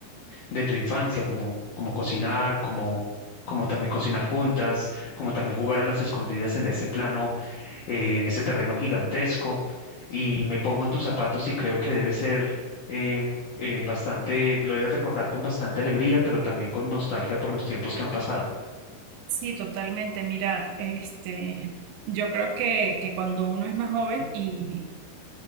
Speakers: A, on the left; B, on the right.
A: de tu infancia, como, como cocinar, como, como también cocinar juntas, como también jugar a las escondidas en ese plano, eh, en ese terreno gigantesco. Y me pongo en tus zapatos y creo que debe ser eh, eh, bastante, lo debes recordar con bastante alegría, pero también con nostalgia por los tiempos que han pasado.
B: Sí, totalmente. Mira, este, yo creo que, que cuando uno es más joven y